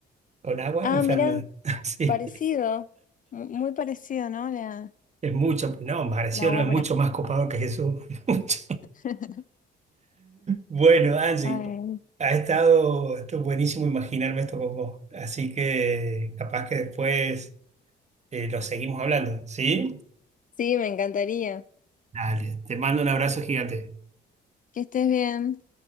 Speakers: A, on the right (about 35°); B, on the left (about 40°).
A: con agua
B: Ah,
A: en
B: mirá,
A: Fernet. <laughs> Sí.
B: parecido, mu- muy parecido, ¿no? La,
A: Es mucho, no, Magressio
B: la
A: no
B: obra.
A: es mucho más copado que Jesús. <laughs> Mucho.
B: <laughs>
A: Bueno, Angie,
B: Ay,
A: ha estado, esto es buenísimo imaginarme esto con vos. Así que capaz que después eh, lo seguimos hablando, ¿sí?
B: sí, me encantaría.
A: Dale, te mando un abrazo gigante.
B: Que estés bien.